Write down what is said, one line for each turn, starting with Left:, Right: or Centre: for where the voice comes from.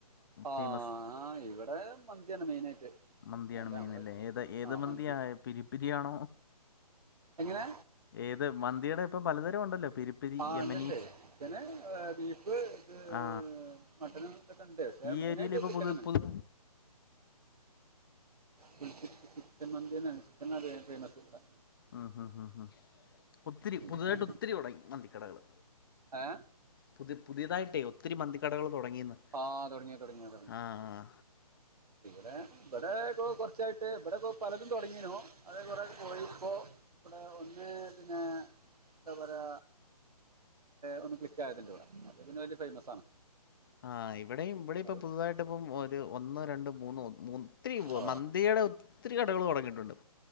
Right: ആ
Left: ഫേമസ്
Right: ഇവിടെ മന്തിയാണ് മെയിനായിട്ട്.
Left: മന്തിയാണ്
Right: അല്ല
Left: മീയിന
Right: നമ്മുടെ
Left: അല്ലേ,
Right: വീട്
Left: ഏത്, ഏത്
Right: ആ
Left: മന്തിയ
Right: മന്തി
Left: പിരിപ്പിരിയാണോ?
Right: എങ്ങനെ
Left: ഏത് മന്തിയുടെ ഇപ്പ, പലതരം ഉണ്ടല്ലോ? വി
Right: ആ
Left: യമനീസ്.
Right: ഉണ്ട് ഉണ്ട് ചിക്കന് ബീഫ്, ഇത്
Left: ആ
Right: മട്ടന ഒക്കെ ഉണ്ട്. പക്ഷേ
Left: ഈ
Right: മെയിനായിട്ട്
Left: ഏരിയയിൽ ഇപ്പൊ
Right: ചിക്കന്
Left: പുതു
Right: തന്നെ ആണ്.
Left: പുതു
Right: ഫുൾ ചിക്കാനാണ്, ചിക്കൻ- മന്തിയാണ് ഫേമസ് ഇവിട-
Left: ഉം ഉം ഉം ഒത്തിരി
Right: പിന്നെ
Left: പുതുതായിട്ട്- ഒത്തിരി, തുടങ്ങി മന്തിക്കടകള്.
Right: ഏ..
Left: പുതിയ പുതിയതായിട്ടേ ഒത്തിരി- മന്തിക്കടകൾ തുടങ്ങിയന്ന്.
Right: ആഹ് തുടങ്ങിയ, തുടങ്ങി, തുടങ്ങി.
Left: ആഹാ ആഹാ.
Right: ഇവിടെ, ഇവിടെ, ഇക്ക കുറച്ചായിട്ട്- ഇവിടെക്ക പലതും തുടങ്ങീനോ? അത് കുറേ പോയി ഇപ്പോൾ ഇവിടെ ഒന്ന് പിന്നെ. എന്താ പറയ ഒന്ന് ക്ലക്ക്, ആയതിന്റെറെ ഇടെ, അത് പിന്നെ വലിയ ഫേമസ് ആണ്.
Left: ആഹാ ഇവിടെയും, ഇവിടെ ഇപ്പോ-
Right: അത്
Left: പുതുതായിട്ട് ഇപ്പം ഒരു ഒന്നോ, രണ്ടോ, മൂന്നോ- ഒത്തിരി,
Right: ആ
Left: മന്തിയുടെ ഒത്തിരി കടകൾ തുടങ്ങിയിട്ടുണ്ട്.